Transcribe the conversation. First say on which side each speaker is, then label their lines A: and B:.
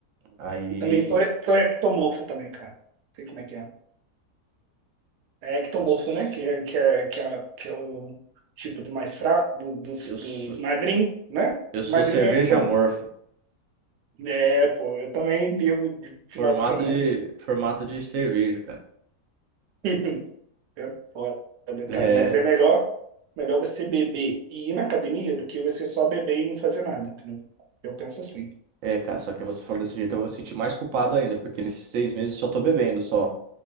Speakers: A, on the right (about 65°); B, on the right (about 90°).
A: Aí
B: Eu também sou, sou ectomorfo também, cara. Sei como é que é. É ectomorfo,
A: eu, s-
B: né? Que é, que é, que é, que é o tipo do mais fraco, do- dos,
A: eu,
B: dos
A: sou-
B: magrinhos, né?
A: eu sou
B: Magrinho
A: cerveja
B: é ectomorfo.
A: amorfo,
B: É, pô, eu também bebo de final
A: formato
B: de semana.
A: de, formato de cerveja, cara.
B: <laughs> É foda,
A: É,
B: cara, mas é melhor, melhor você beber e ir na academia do que você só beber e não fazer nada, entendeu? Eu penso assim. <laughs>
A: É, cara, só que você falou desse jeito, eu vou me sentir mais culpado ainda, porque nesses três meses eu só tô bebendo só.